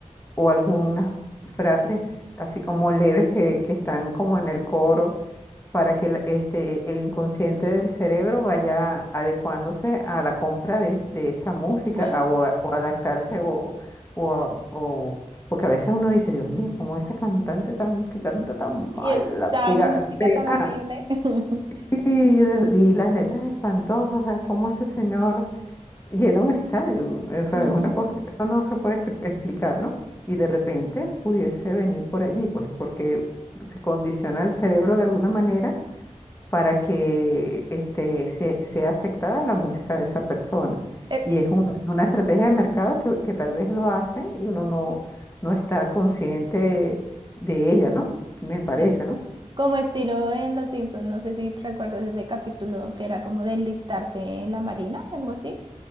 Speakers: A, on the left (about 20°); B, on the right (about 40°).
A: o algunas frases así como leves que, que están como en el coro para que el- este, el inconsciente del cerebro vaya adecuándose a la compra de, es- de esa música
B: Ajá.
A: a- o, a- o adaptarse o, o, a- o- porque a veces uno dice, Dios mío, cómo ese cantante tan que canta tan
B: Y
A: mal,
B: esta
A: la pega,
B: música
A: la pega".
B: tan horrible. <laughs>
A: Y, yo digo, "Y las letras espantosas, o sea, cómo ese señor llena un estadio, o sea,
B: Ujú.
A: es una cosa que uno no se puede escri- explicar, ¿no? Y de repente pudiese venir por allí, pues porque se condiciona el cerebro de alguna manera para que este, se- sea aceptada la música de esa persona.
B: Eh,
A: Y es un- es una estrategia de mercado que, que tal vez lo hacen y uno no, no está consciente de ella, ¿no? Me parece,
B: Sí.
A: ¿no?
B: Como estilo en Los Simpsons, no sé si recuerdas ese capítulo que era como de enlistarse en la marina, algo así.